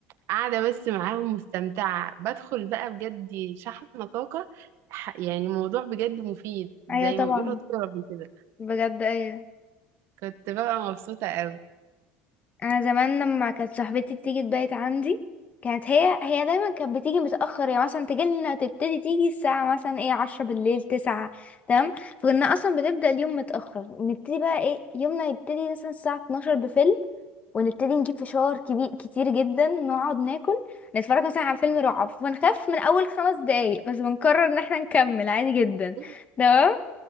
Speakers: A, on the right; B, on the left.
A: قاعدة بس معاهم مستمتعة بدخل بقى بجد شحنة طاقة ح- يعني موضوع بجد مفيد زي
B: ايوه طبعا
A: ما بيقولوا ثيرابي كده
B: بجد ايوه
A: كنت بقى مبسوطة قوي
B: انا زمان لما كانت صاحبتي بتيجي تبيت عندي كانت هي هي دايما كانت بتيجي متاخر يعني مثلا تجي لنا تبتدي تيجي الساعه مثلا ايه عشرة بالليل تسعة تمام فكنا اصلا بنبدا اليوم متاخر نبتدي بقى ايه يومنا يبتدي مثلا الساعه 12 بفيلم ونبتدي نجيب فشار كبير كتير جدا نقعد ناكل نتفرج مثلا على فيلم رعب ونخاف من اول خمس دقايق بس بنقرر ان احنا نكمل عادي جدا
A: <laughs>
B: تمام